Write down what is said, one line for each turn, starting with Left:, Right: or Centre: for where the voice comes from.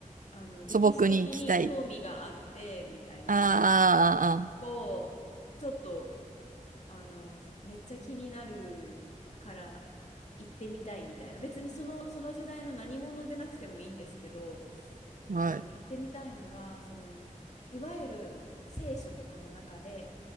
Left: あの歴史的に興味があってみたいなのも一個ちょっと
Right: 素朴に行きたい。あ
Left: あのめっちゃ気になるから行ってみたいみたいな別にその、その時代の何者でなくてもいいんですけど
Right: ーあー、
Left: あの行ってみたいのがそのいわゆる聖書とかの中で
Right: あーあー、はい。